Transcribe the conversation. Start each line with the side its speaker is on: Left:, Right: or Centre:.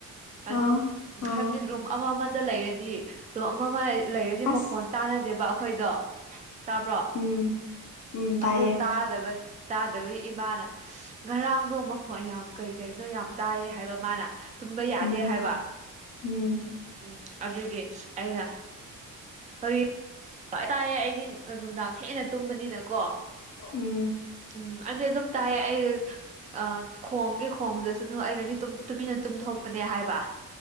Right: ꯑꯗꯣ
Left: ꯑꯥ
Right: ꯎꯝ
Left: ꯑꯥ
Right: ꯍꯥꯏꯕꯗꯤ ꯔꯨꯝ ꯑꯃ ꯑꯃ ꯔꯨꯝꯗ ꯂꯩꯔꯗꯤ ꯔꯨꯝ ꯑꯃ ꯑꯃ ꯂꯩꯔꯗꯤ
Left: ꯑꯁ
Right: ꯃꯈꯣꯟ ꯇꯥꯟꯅꯗꯦꯕ ꯑꯈꯣꯏꯗꯣ ꯇꯥꯕ꯭ꯔꯣ
Left: ꯎꯝ ꯎꯝ ꯇꯥꯏꯌꯦ
Right: ꯑꯗꯨ ꯇꯥꯗꯕꯒꯤ ꯇꯥꯗꯕꯩ ꯏꯃꯥꯅ ꯉꯔꯥꯡꯗꯣ ꯃꯈꯣꯟ ꯌꯥꯝ ꯀꯩ ꯀꯩꯅꯣ ꯌꯥꯝ ꯇꯥꯏꯌꯦ ꯍꯥꯏꯕ ꯃꯥꯅ ꯇꯨꯝꯕ ꯌꯥꯗꯦ
Left: ꯎꯝ
Right: ꯍꯥꯏꯕ
Left: ꯎꯝ
Right: ꯎꯝ ꯑꯗꯨꯒꯤ ꯑꯩꯅ ꯀꯔꯤ ꯇꯥꯏꯌꯦ ꯑꯩꯗꯤ ꯅꯨꯡꯗꯥꯡ ꯊꯦꯡꯅ ꯇꯨꯝꯕꯅꯤꯅꯀꯣ
Left: ꯎꯝ ꯎꯝ
Right: ꯎꯝ ꯑꯩꯗꯤ ꯑꯗꯨꯝ ꯇꯥꯢꯌꯦ ꯑꯩ ꯑꯥ ꯈꯣꯡꯒꯦ ꯈꯣꯡꯖꯁꯅꯨ ꯑꯩꯅꯗꯤ ꯇꯨꯃꯤꯟꯅ ꯇꯨꯝꯊꯣꯛꯄꯅꯦ ꯍꯥꯏꯕ